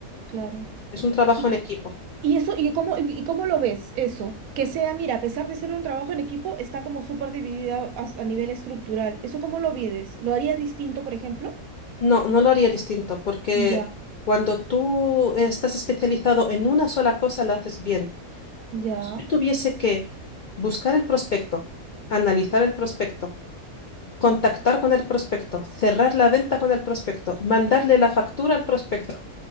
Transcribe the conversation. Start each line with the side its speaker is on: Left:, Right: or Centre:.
Right: claro.
Left: Es un trabajo
Right: Y,
Left: en equipo.
Right: y eso, ¿y cómo, y, y cómo lo ves eso? Que sea, mira, a pesar de ser un trabajo en equipo, está como súper dividida a, a nivel estructural. ¿Eso cómo lo vives? ¿Lo harías distinto, por ejemplo?
Left: No, no lo haría distinto, porque
Right: Ya,
Left: cuando tú estás especializado en una sola cosa, la haces bien.
Right: ya,
Left: Pero si yo tuviese que buscar el prospecto, analizar el prospecto, contactar con el prospecto, cerrar la venta con el prospecto, mandarle la factura al prospecto,